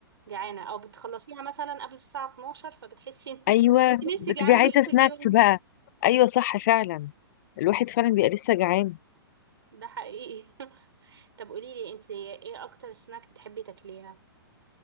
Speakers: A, on the right (about 75°); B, on the left (about 45°).
A: جعانة أو بتخلصيها مثلا قبل الساعة 12 فبتحسي إن
B: ايوه
A: <laughs> إن انتي
B: بتبقي
A: جعانة
B: عايزه
A: بقية
B: سناكس
A: اليوم
B: بقى ايوه صح فعلا الواحد فعلا بيبقى لسه جعان
A: ده حقيقي <laughs> طب قوليلي انتي ايه أكتر سناك بتحبي تاكليها؟